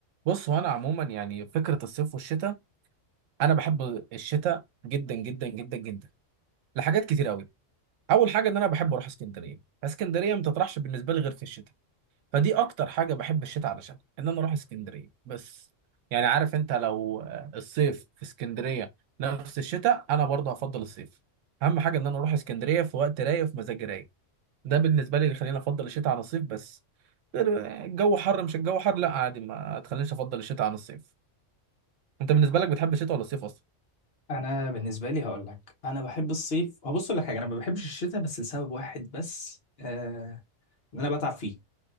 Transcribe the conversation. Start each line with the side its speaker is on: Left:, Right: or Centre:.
Right: بص هو انا عموما يعني فكره الصيف والشتاء انا بحب الشتاء جدا جدا جدا جدا لحاجات كتير قوي اول حاجه ان انا بحب اروح اسكندريه اسكندريه ما تطرحش بالنسبه لي غير في الشتاء فدي اكتر حاجه بحب الشتاء علشان ان انا اروح اسكندريه بس يعني عارف انت لو آه، الصيف في اسكندريه نفس الشتاء انا برضه هفضل الصيف اهم حاجه ان انا اروح اسكندريه في وقت رايق في مزاج رايق ده بالنسبه لي اللي يخليني افضل الشتاء عن الصيف بس غير- الجو حر مش الجو حر لا عادي ما تخلينيش افضل الشتاء عن الصيف انت بالنسبه لك بتحب الشتاء ولا الصيف اصلا
Left: انا بالنسبه لي هقول لك انا بحب الصيف هبص لك حاجه انا ما بحبش الشتاء بس لسبب واحد بس آه ان انا بتعب فيه